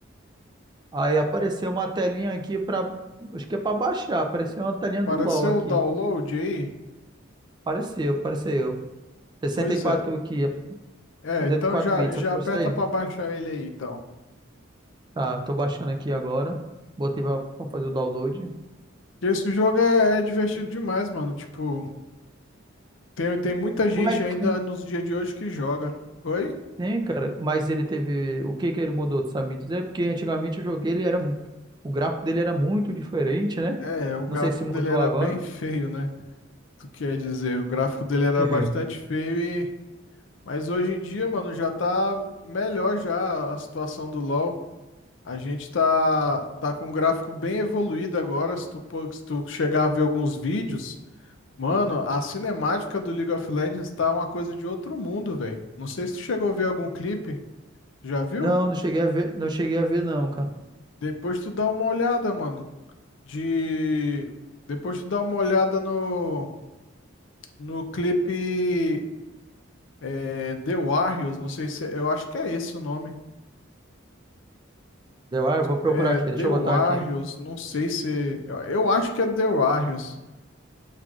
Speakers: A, on the right; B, on the left.
A: Aí apareceu uma telinha aqui pra. Acho que é pra baixar. Apareceu uma telinha
B: Apareceu
A: do LoL aqui.
B: o download aí?
A: Apareceu, apareceu. sessenta
B: Pois
A: e quatro
B: é.
A: aqui,
B: É,
A: 64
B: então já,
A: bits,
B: já
A: é
B: aperta
A: isso daí,
B: pra
A: né?
B: baixar ele aí, então.
A: Tá, tô baixando aqui agora. Botei pra, pra fazer o download.
B: Esse jogo é, é divertido demais, mano. Tipo, tem, tem muita gente
A: Como é que.
B: ainda nos dias de hoje que joga. Oi?
A: Sim, cara, mas ele teve. O que que ele mudou, tu sabe me dizer? Porque antigamente eu joguei, ele era. mu- O gráfico dele era muito diferente, né?
B: É, o gráfico
A: Não sei se mudou
B: dele era
A: agora.
B: bem <laughs> feio, né? Tu quer dizer, o gráfico dele era
A: Uhum.
B: bastante feio e... Mas hoje em dia, mano, já tá melhor já a situação do LoL. A gente tá, tá com um gráfico bem evoluído agora. Se tu, pô- se tu chegar a ver alguns vídeos... Mano, a cinemática do League of Legends tá uma coisa de outro mundo, velho. Não sei se tu chegou a ver algum clipe, já viu?
A: Não, não cheguei a ver, não cheguei a ver, não, cara.
B: Depois tu dá uma olhada, mano. De. Depois tu dá uma olhada no, no clipe é, The Warriors, não sei se. Eu acho que é esse o nome.
A: Deu, ah, eu vou procurar
B: É
A: aqui,
B: The
A: deixa eu
B: Warriors,
A: botar aqui.
B: não sei se. Eu eu acho que é The Warriors.